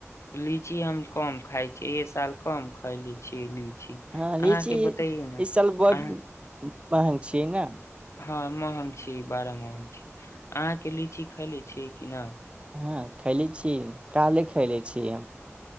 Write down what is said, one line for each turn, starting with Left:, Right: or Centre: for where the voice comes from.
Left: लीची हम कम खाय छीे ए साल कम खायले छीये लीची
Right: हँ लीची
Left: अहाँके बतैयै ने
Right: किशन भग
Left: अहाँ
Right: मंहग छियै ने
Left: हँ महग छी बड़ा महग छी अहाँ के लीची खैले छी कि न
Right: हँ खैले छीय काले खैले छीय हम